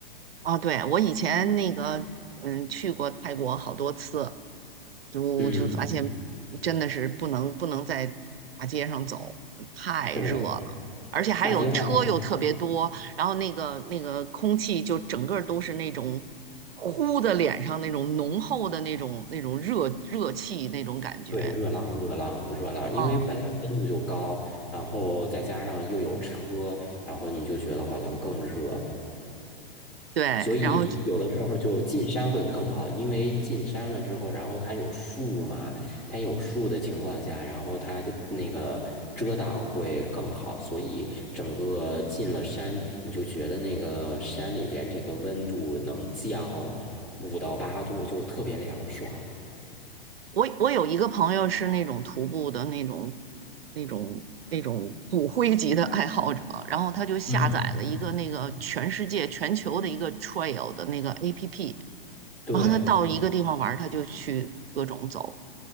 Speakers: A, on the right; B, on the left.
A: 哦，对，我以前那个，嗯，去过泰国好多次，就就发现
B: 嗯，
A: 真的是不能不能在大街上走，太热了，
B: 对，
A: 而且还有车又特别多，
B: 大街上。
A: 然后那个那个空气就整个儿都是那种呼的脸上那种浓厚的那种那种热热气那种感觉，
B: 对，热浪，热浪，热浪，
A: 嗯，
B: 因为本来温度就高，然后再加上又有车，然后你就觉得好像更热，
A: 对，
B: 所以有的时候就进山会更好，
A: 然后去。
B: 因为进山了之后，然后它有树嘛，它有树的情况下，然后它的那个遮挡会更好，所以整个进了山，你就觉得那个山里边这个温度能降五到八度，就特别凉爽。
A: 我我有一个朋友是那种徒步的那种、那种、那种骨灰级的爱好者，然后他就下载了一个那个全世界、
B: 嗯，
A: 全球的一个 trail 的那个 APP，
B: 对。
A: 然后他到一个地方玩儿他就去各种走。